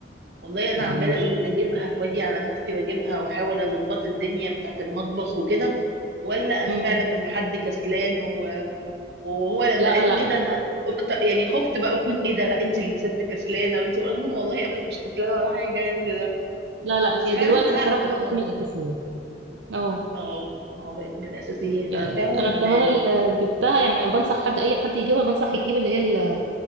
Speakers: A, on the right (about 65°); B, on the right (about 85°).
A: والله انا
B: يعني
A: عماله اقول اجيبها واجي على نفسي واجيبها واحاول اظبط الدنيا بتاعت المطبخ وكده ولا انا
B: مم.
A: فعلا اللي حد كسلان و- وهو لما
B: لا
A: قال لي
B: لا
A: كده انا أكت... يعني خفت بقى اكون ايه ده لا انت اللي ست كسلانه وانت رغم ان والله ابدا مش كسلانه ولا حاجه يعني ده
B: لا لا
A: بس
B: هي
A: فعلا
B: دلوقتي
A: زهقت
B: بصراحة
A: من
B: بقت
A: المطبخ
B: من الأساسيات اه
A: اه اه بقت من الاساسيات
B: يعني
A: انا فعلا
B: انا كمان اللي جبتها يعني أنا بنصح حد اي حد يجيبها بنصح يجيب اللي هي ال-